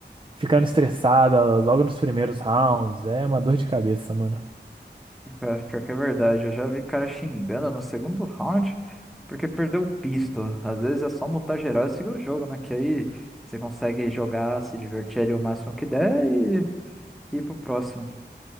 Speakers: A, on the right; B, in the centre.
A: ficando estressada logo nos primeiros rounds. É uma dor de cabeça, mano.
B: Cara, pior que é verdade, eu já vi cara xingando no segundo round porque perdeu o pisto. Às vezes é só mutar geral e seguir o jogo, né? Que aí você consegue jogar, se divertir ali o máximo que der e e ir pro próximo.